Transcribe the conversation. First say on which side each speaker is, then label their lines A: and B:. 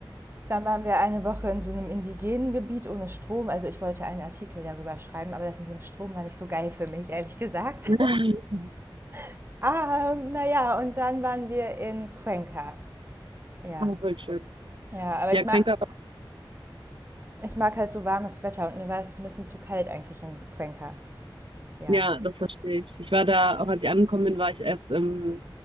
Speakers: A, on the right (about 25°); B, on the right (about 85°).
A: Dann waren wir eine Woche in so einem indigenen Gebiet ohne Strom. Also ich wollte einen Artikel darüber schreiben, aber das mit dem Strom war nicht so geil für mich, ehrlich gesagt.
B: <laughs>
A: <laughs> ah, naja, und dann waren wir in Cuenca. Ja,
B: Ah, voll schön.
A: Ja, aber
B: Ja,
A: ich mag,
B: Cuenca
A: ich mag halt so warmes Wetter und mir war es ein bisschen zu kalt eigentlich in Cuenca. Ja.
B: Ja, das verstehe ich. Ich war da, auch als ich angekommen bin, war ich erst ähm,